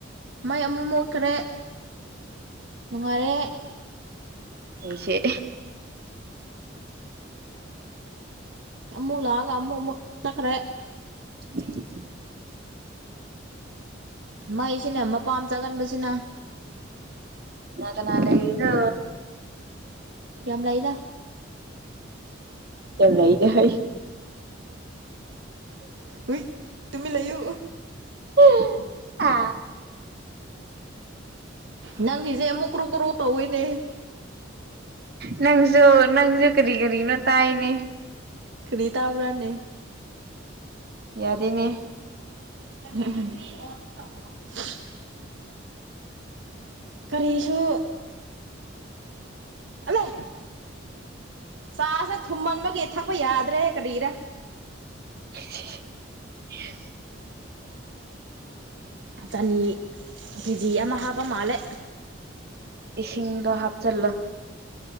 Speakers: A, on the right; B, on the right.
A: ꯃꯥꯏ ꯑꯃꯨꯛ ꯃꯣꯠꯈ꯭ꯔꯦ ꯅꯨꯡꯉꯥꯏꯔꯦ
B: ꯁꯦ
A: ꯑꯃ ꯂꯑꯒ ꯑꯃ ꯆ ꯀꯔ
B: <inaudible>
A: <inaudible> ꯃꯩꯁꯤꯅꯦ ꯃꯄꯥꯝ ꯆꯥꯒꯟꯕꯁꯤꯅ
B: ꯑꯗꯨꯅꯥ ꯂꯩꯩꯅ
A: ꯌꯥꯝꯂ ꯏꯗ
B: ꯀ ꯂꯩꯗ ꯍꯥꯏꯣꯏ
A: ꯍꯏ ꯇꯨꯃꯤ ꯂꯩꯌꯣ
B: ꯎ ꯑ
A: ꯅꯪꯖꯦꯃꯨꯛꯔꯨ ꯀꯔꯨ ꯇꯧꯏꯅꯦ
B: ꯅꯪꯁꯨ ꯅꯪꯁꯨ ꯀꯔꯤ ꯀꯔꯤꯅꯣ ꯇꯥꯏꯅꯦ
A: ꯀꯔꯤ ꯇꯕꯔꯅꯤ
B: ꯌꯥꯗꯅꯦ
A: <inaudible> ꯀꯔꯤꯁꯨꯨ ꯍꯜꯂꯣ ꯁꯥꯁ ꯊꯨꯝꯃꯟꯃꯒ ꯌꯦꯠ ꯊꯛꯄ ꯌꯥꯗ꯭ꯔꯦ ꯍꯦ ꯀꯔꯤꯔꯥ
B: <inaudible>
A: ꯆꯅꯤ ꯀꯦ ꯖꯤ ꯑꯃ ꯍꯥꯞꯄ ꯃꯥꯜꯂꯦ
B: ꯏꯁꯤꯡꯗꯣ ꯍꯥꯞꯆꯜꯂꯣ